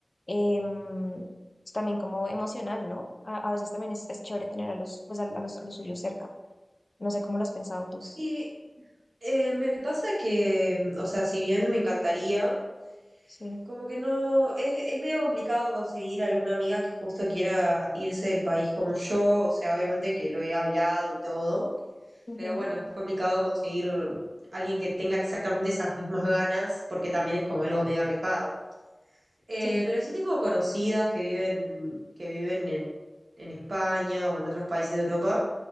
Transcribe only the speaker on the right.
Sí, eh, me pasa que, mm, o sea, si bien me encantaría,
como que no, es, es medio complicado conseguir alguna amiga que justo quiera irse del país como yo, o sea, obviamente que lo he hablado y todo,
pero bueno, es complicado conseguir alguien que tenga exactamente esas mismas ganas, porque también es como algo medio arriesgado. Eh,
pero sí tengo conocidas que viven, que viven en, en España o en otros países de Europa.